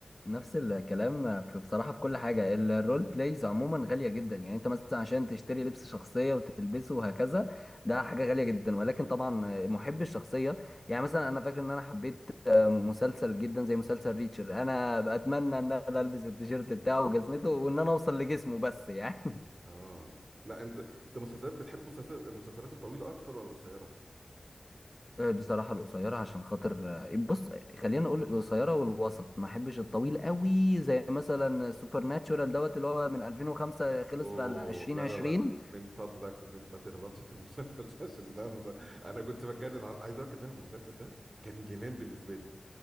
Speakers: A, on the left; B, on the right.
A: نفس الكلام في بصراحه في كل حاجه ال- الرول بلايز عموما غاليه جدا يعني انت مثلا عشان تشتري لبس شخصيه وتلبسه وهكذا ده حاجه غاليه جدا ولكن طبعا آه، محب الشخصيه يعني مثلا انا فاكر ان انا حبيت آه، مسلسل جدا زي مسلسل ريتشر انا اتمنى ان انا البس التيشيرت بتاعه وجزمته وان انا اوصل لجسمه بس يعني
B: اه لا انت انت مسلسلات بتحب مسلسلات المسلسلات الطويله اكتر ولا القصيره
A: آه، بصراحة القصيرة عشان خاطر آه، بص خلينا نقول القصيرة والوسط ما احبش الطويل قوي زي مثلا سوبر ناتشورال دوت اللي هو من 2005 خلص
B: اوه
A: في 2020
B: لا لا لا من فضلك من ما تغلطش في <laughs> المسلسل ده عشان ده مسلسل. انا كنت بتجنن ع- عايز اقول لك ان أنا المسلسل ده كان جنان بالنسبه لي